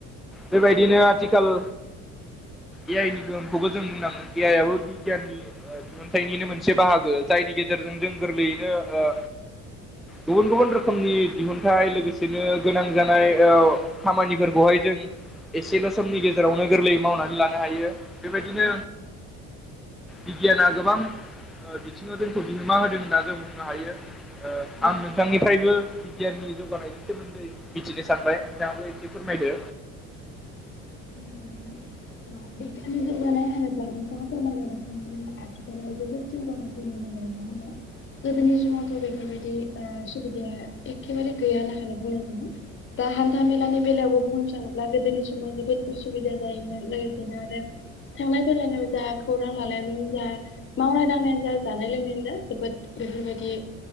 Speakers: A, in the centre; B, on the left.
A: बेबायदिनो आथिखाल ए आइ नि गोहोमखौबो जों होननांगोन ए आइ आबो बिगियाननि दिहुनथाइनिनो मोनसे बाहागो जायनि गेजेरजों जों गोरलैयैनो ओ गुबुन गुबुन रोखोमनि दिहुनथाइ लोगोसेनो गोनां जानाय और। खामानिफोरखौहाय जों एसेल' समनि गेजेरावनो गोरलै मावनानै लानो हायो बेबायदिनो
B: औ औ
A: बिगियाना गोबां बिथिङाव जोंखौ बिहोमा होदों होनना जों बुंनो हायो।
B: नंगौ
A: आं नोंथांनिफ्रायबो गियाननि जौगानायनि सोमोन्दै मिथिनो सानबाय नोंथाङाबो एसे फोरमायदो।
B: <unintelligible> बेनि <unintelligible> नोंथाङा फोरमायनाय बादिनो आथिखालावबो जौगानायखौ नुनो मोनो। गोदोनि समावथ' बेफोरबायदि सुबिदाया एखेबारे गैया होनना बुंनांगौमोन। दा हान्था मेलानि बेलायावबो बुंनो थाङोब्ला गोदोनि समाव जोबोद उसुबिदा जायोमोन लोगोसेनो आरो थांलाय फैलायनि जा खौरां लालायनाय जा मावनाय दांनायानो जा जानाय लोंनायानो जा जोबोद बेफोरबायदि